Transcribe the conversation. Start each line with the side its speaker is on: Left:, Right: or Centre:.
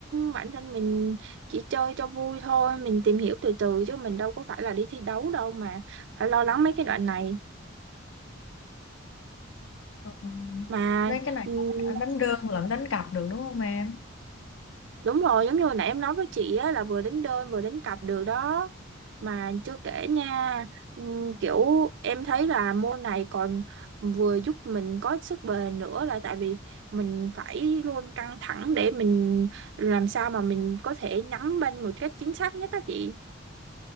Right: bản thân mình chỉ chơi cho vui thôi mình tìm hiểu từ từ chứ mình đâu có phải là đi thi đấu đâu mà phải lo lắng mấy cái đoạn này
Left: Ừ.
Right: mà
Left: đấy cái này
Right: ừm,
Left: cả đánh đơn lẫn đánh cặp được đúng không em
Right: đúng rồi giống như hồi nãy em nói với chị á là vừa đánh đơn vừa đánh cặp được đó mà chưa kể nha ừm, kiểu em thấy là môn này còn vừa giúp mình có sức bền nữa là tại vì mình phải luôn căng thẳng để mình làm sao mà mình có thể nắm bên một cách chính xác nhất đó chị